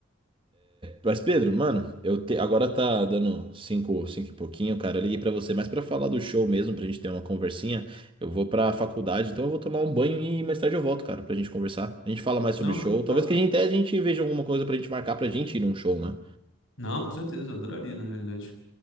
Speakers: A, on the right (about 25°); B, on the left (about 60°).
A: Mas Pedro, mano, eu te- agora tá dando cinco, cinco e pouquinho, cara. Eu liguei pra você, mas pra falar do show mesmo, pra gente ter uma conversinha, eu vou pra faculdade, então eu vou tomar um banho e mais tarde eu volto, cara, pra gente conversar. A gente fala mais sobre
B: Não,
A: show. Talvez
B: tá?
A: que a gente até a gente veja alguma coisa pra gente marcar pra gente ir num show, né?
B: Não, com certeza, adoraria, na realidade.